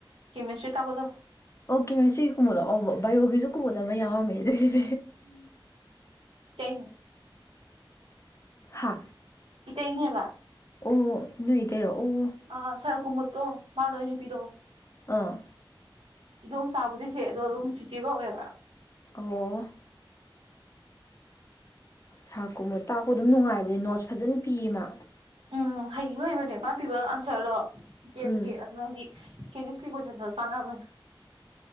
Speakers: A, on the right (about 85°); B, on the left (about 35°).
A: ꯀꯦꯃꯤꯁꯇ꯭ꯔꯤ ꯇꯀꯣꯗꯣ
B: ꯑꯣꯀꯦ ꯃꯤꯁꯇꯔꯤ ꯀꯨꯝꯕ ꯂꯥꯛꯑꯣꯕ ꯕꯥꯏꯑꯣꯒꯤꯁꯨ ꯀꯨꯝꯕꯣꯟꯗ ꯑꯃ ꯌꯥꯔꯝꯃꯦ ꯑꯗꯨꯒꯤꯗꯤ
A: ꯎꯝ ꯀ
B: ꯍꯥ
A: ꯏꯇꯩꯅꯦꯕ
B: ꯑꯣ ꯅꯣꯏꯏ ꯇꯔꯣ ꯑꯣ
A: ꯑ ꯁꯔ ꯀꯨꯝꯃꯠꯇꯣ ꯃꯥꯅ ꯑꯣꯏꯅꯅꯤꯄꯤꯗꯣ
B: ꯑꯥ
A: ꯏꯗꯣꯝ ꯁꯥꯕꯨꯗꯤ ꯊꯣꯛꯑꯦ ꯑꯗꯣ ꯑꯗꯨꯝ ꯁꯤꯆꯦ ꯀꯧꯋꯦꯕ
B: ꯑꯣ ꯁꯥꯔꯀꯨꯝꯕ ꯇꯥꯛꯄ ꯑꯗꯨꯝ ꯅꯨꯡꯉꯥꯏꯕꯅꯦ ꯅꯣꯠꯁ ꯐꯖꯅ ꯄꯤꯌꯦ ꯃꯥ
A: ꯎꯝ ꯍꯩ ꯍꯩꯕꯅꯦ ꯃꯥ ꯄꯤꯕ ꯑꯟꯁꯔꯗꯣ ꯀꯦꯞꯀꯤ
B: ꯎꯝ
A: ꯑꯗꯨꯅꯪꯗꯤ ꯁꯤꯖꯤꯁ ꯀ ꯁꯅꯕ